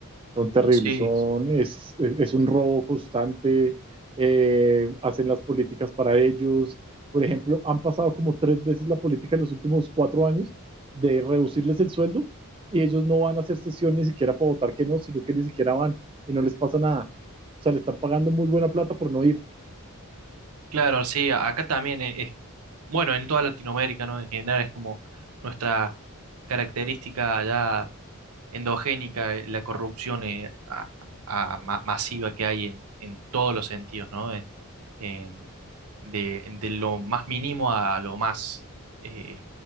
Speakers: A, on the right (about 25°); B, on the right (about 85°).
A: son terribles,
B: Sí,
A: son,
B: sí.
A: es, es, es un robo constante, eh, hacen las políticas para ellos. Por ejemplo, han pasado como tres veces la política en los últimos cuatro años de reducirles el sueldo y ellos no van a hacer sesión ni siquiera para votar que no, sino que ni siquiera van y no les pasa nada. O sea, le están pagando muy buena plata por no ir.
B: Claro, sí, acá también e- es, bueno, en toda Latinoamérica, ¿no? En general es como nuestra característica ya endogénica, eh, la corrupción eh, a- a- ma- masiva que hay en, en todos los sentidos, ¿no? En- en- de, de lo más mínimo a lo más eh,